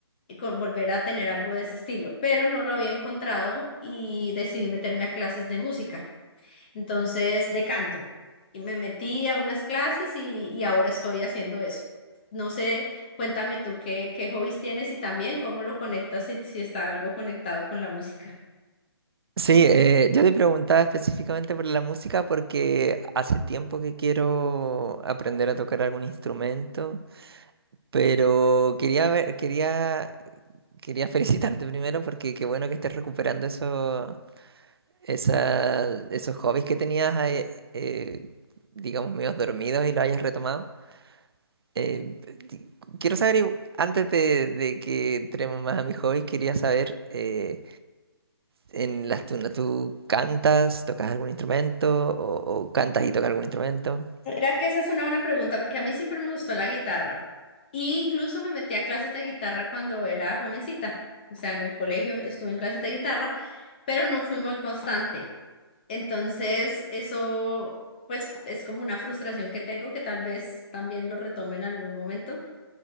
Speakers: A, on the left; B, on the right.
A: eh, con- volver a tener algo de ese estilo, pero no lo había encontrado y decidí meterme a clases de música. Entonces, de canto. Y me metí a unas clases y, y ahora estoy haciendo eso. No sé, cuéntame tú qué, qué hobbies tienes y también cómo lo conectas si, si está algo conectado con la música.
B: Sí, eh, yo te preguntaba específicamente por la música porque hace tiempo que quiero aprender a tocar algún instrumento, pero quería ver, quería, quería <laughs> felicitarte primero porque qué bueno que estés recuperando eso esa, esos hobbies que tenías, ahí, eh, digamos, medios dormidos y lo hayas retomado. Eh, di- quiero saber, i- antes de, de que entremos más a mis hobbies, quería saber, eh, en las tunas, ¿tú cantas, tocas algún instrumento o, o cantas y tocas algún instrumento?
A: era que esa es una buena pregunta porque a mí siempre me gustó la guitarra. Y incluso me metí a clases de guitarra cuando era jovencita. O sea, en el colegio estuve en clases de guitarra, pero no fui muy constante. Entonces, eso pues es como una frustración que tengo que tal vez también lo retome en algún momento,